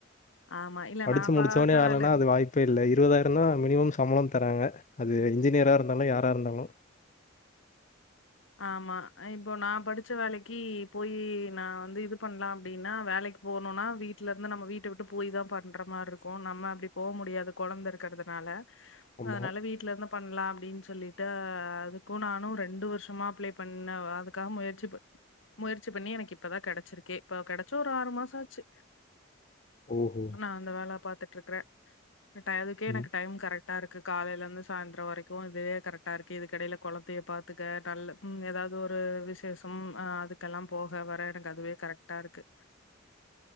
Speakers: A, on the left; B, on the left.
A: ஆமா. இல்ல
B: படிச்சு
A: நான்
B: முடிச்சோனே
A: பார்த்த
B: வேலென்னா
A: வேலை
B: அது வாய்ப்பே இல்லை இருவதாயிரந்தா மினிமம் சம்பளொ தராங்க அது இன்ஜினியரா இருந்தாலு யாரா இருந்தாலு
A: ஆமா இப்போ நா படிச்ச வேலைக்கு போய் நா வந்து இது பண்லா அப்டின்னா வேலைக்கு போனுனா வீட்டுல இருந்து நம்ம வீட்ட விட்டு போய் தா பண்ற மாருக்கு நம்ம அப்படி போக முடியாது கொழந்த இருக்கறதுனால
B: ஆமா.
A: அதனால வீட்ல இருந்து பண்லா அப்டின் சொல்லிட்டு அதுக்கு நானு ரண்டு வர்ஷ் ஷமா அப்ளெ பண்ண அதுக்காக முயற்சி ப முயற்சி பண்ணி எனக்கு இப்பதா கெடைச்சிருக்கே இப்ப கெடைச்சு ஒரு ஆறு மாசொ ஆச்சு
B: ஓஹோ!
A: ஆனா அந்த வேல பாத் த்ட்ருக்குற பட் அதுக்கே
B: ம்.
A: எனக்கு டைம் கரெக்ட் டாருக்கு காலையில இருந்து சாய்ந்தரொ வரைக்கு இதுவே கரெக்டா இருக்கு இதுக்கெடையில கொழந்தைய பாத்துக்க டல்ல ம் எதாவது ஒரு விசேஷம் அ அதுக்கெல்லா போக வர எனக்கு அதுவே கரெக்ட்டா ருக்கு